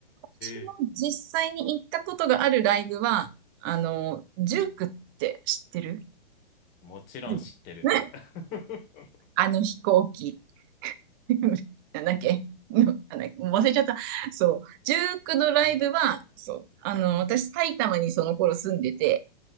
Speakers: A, on the right (about 25°); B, on the left (about 30°).
A: 私も実際に行ったことがあるライブは、
B: え、
A: あの、ジュークって知ってる
B: もちろん知ってる。
A: うんね
B: <laughs>
A: あの飛行機。<laughs> なんだっけのなんだっけもう忘れちゃった。そう。ジュークのライブは、そう。あの、私、埼玉にその頃住んでて、